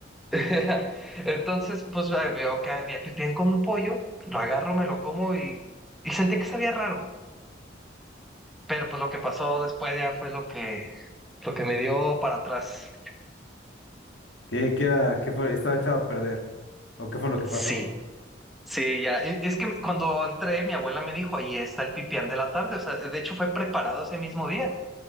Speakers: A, in the centre; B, on the left (about 80°).
A: <laughs> entonces, pues eh, veo que había pipián con un pollo, lo agarro, me lo como y, y sentí que sabía raro. Pero pues lo que pasó después ya fue lo que lo que me dio para atrás.
B: ¿Qué, qué era- qué fue? Estaba echado a perder. ¿O qué fue lo que
A: Sí,
B: pasó?
A: sí, ya. E- Es que cuando entré, mi abuela me dijo, ahí está el pipián de la tarde. O sea, de hecho fue preparado ese mismo día.